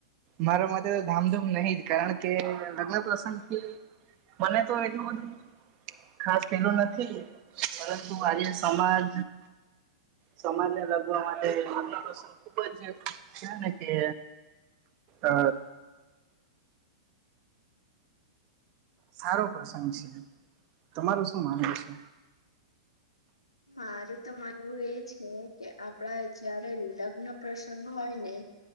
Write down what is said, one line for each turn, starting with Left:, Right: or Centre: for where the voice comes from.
Right: મારા માટે તો ધામધૂમ નહી જ કારણ કે લગ્ન પ્રસંગ એ મને તો એટલુ બધું ખાસ પેલું નથી પરંતુ આજે સમાજ સમાજને લગવા માટે ખુબ જ છે ને કે અ સારો પ્રસંગ છે, તમાર શું માનવું છે?
Left: મારું તો માનવું એ છે કે આપડા જયારે લગ્ન પ્રસંગ હોય ને